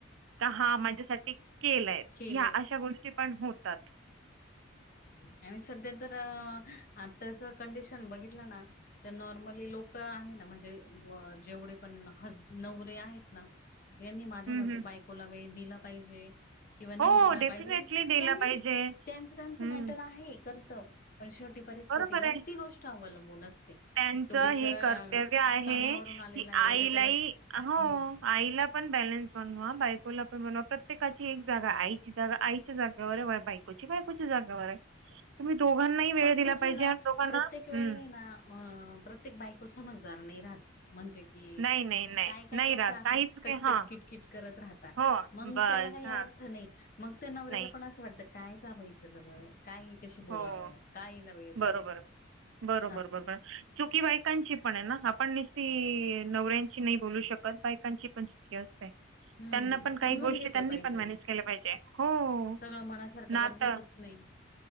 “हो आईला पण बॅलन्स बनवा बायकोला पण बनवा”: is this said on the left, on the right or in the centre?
Right